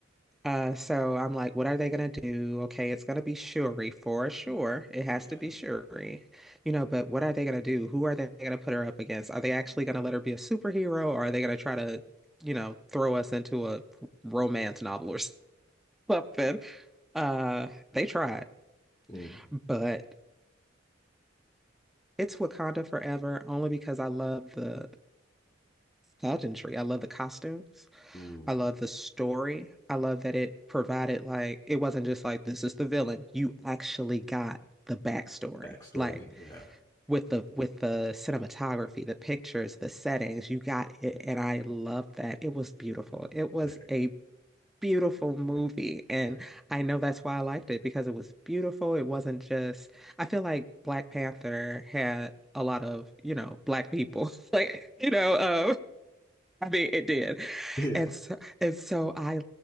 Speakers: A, in the centre; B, on the left.
A: Uh, so I'm like, what are they gonna do? Okay, it's gonna be Shuri for sure. It has
B: Yeah.
A: to be Shuri, you know, but what are they gonna do? Who are they gonna put her up against? Are they actually gonna let her be a superhero or are they gonna try to, you know, throw us into a romance novel or <laughs> something? Uh, they tried,
B: Mm.
A: but it's Wakanda Forever only because I love the pageantry. I love the costumes.
B: Mm.
A: I love the story. I love that it provided like it wasn't just like this is the villain. You actually got the backstory.
B: backstory.
A: Like
B: Yeah,
A: with the with the cinematography, the pictures, the settings, you got it. And I love that. It was beautiful. It was
B: fair,
A: a beautiful movie. And
B: fair.
A: I know that's why I liked it because it was beautiful. It wasn't just I feel like Black Panther had a lot of, you know, black people. <laughs> Like, you know, um, I mean, it did.
B: Yeah,
A: And so, and so I